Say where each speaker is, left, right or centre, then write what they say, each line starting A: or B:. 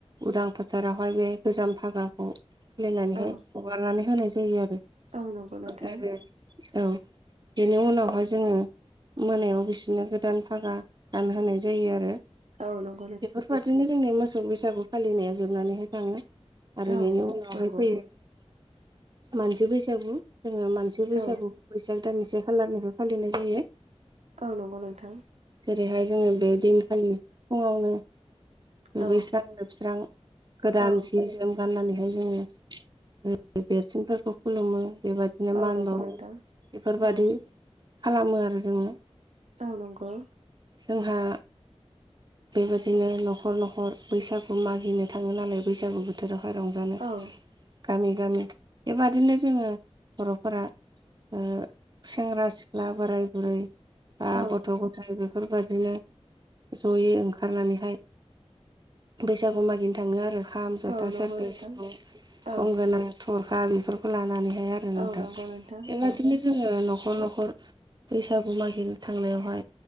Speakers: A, on the right; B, on the right.
A: उदां फोथारावहाय बे गोजाम फागाखौ खुलिनानैहाय
B: औ
A: हगारनानै होनाय जायो आरो
B: औ नंगौ नोंथां
A: आरो औ बेनि उनावहाय जोङो मोनायाव बिसोरनो गोदान फागा गानहोनाय जायो आरो
B: औ नं-
A: बेफोरबादिनो जोंनि मोसौ बैसागु फालिनाया जोबनानैहाय थाङो आरो
B: औ
A: बेनि उनावहाय
B: नंगौ
A: फैयो मानसि बैसागु जोङो मानसि सि बैसागु
B: औ
A: बैसाग दाननि से खालारनिफ्राय फालिनाय जायो
B: औ नंगौ नोंथां
A: जेरैहाय जोंङो बे दिनखालि फुंङावनो दुगैस्रां
B: औ
A: लोबस्रां गोदान
B: औ
A: सि- जोम गाननानैहाय जोंङो देरसिनफोरखौ खुलुमो बेबायदि बिदिनो
B: औ
A: मान
B: नंगौ
A: बावो
B: नोंथां
A: बेफोरबायदि
B: औ
A: खालामो आरो जोंङो
B: औ नंगौ
A: जोंहा बेबायदिनो न'खर न'खर बैसागु मागिनो थांङो नालाय बैसागु बोथोरावहाय रंजा- जानो
B: औ
A: गामि गामि बेबादिनो जोंङो बर'फोरा ओ सेंग्रा सिख्ला बोराय बुरै बा
B: औ
A: गथ' गथाय बेफोरबायदिनो जयै ओंखारनानैहाय बैसागु मागिनो थांङो आरो खाम जथा
B: औ नंगौ
A: सेरजा
B: नोंथां
A: सिफुं
B: औ
A: गंगोना थरखा बेफोरखौ लानानैहाय
B: औ
A: थांङो नोंथां
B: नंगौ नोंथां
A: बेबादिनो
B: औ
A: जोंङो न'खर न'खर बैसागु मागिनो थांनायावहाय